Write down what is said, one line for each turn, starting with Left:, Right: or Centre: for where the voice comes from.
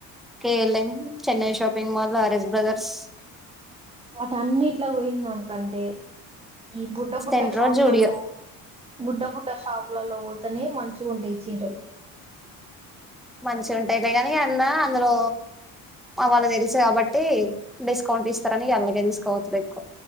Centre: KLM Chennai shopping mall RS brother bus
Right: వాటి అన్నిట్లా పోయిందానికంటే ఈ బుడ్డ బుడ్డ
Centre: సెంట్రో
Right: షాపులలో
Centre: జూడియో
Right: బుడ్డ బుడ్డ షాపులలో పోతేనే మంచి ఉంటాయి చీరలు
Centre: మంచి ఉంటాయి కాని అన్నా అందులో వాళ్ళు తెలుసు కాబట్టి డిస్కౌంట్ ఇస్తారని అలాగే తీసుకోవతుదు ఎక్కువ